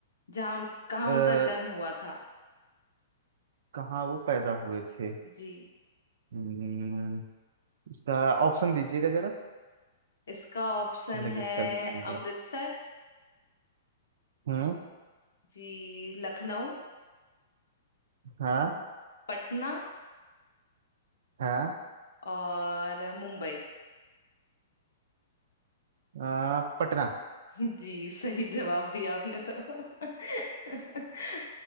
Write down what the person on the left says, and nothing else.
जहाँ उन कहाँ
उनका जन्म हुआ था
जी
इसका ऑप्शन
है
अमृतसर
जी लखनऊ
पटना
और मुंबई
जी सही जवाब दिया आपने तो <laughs>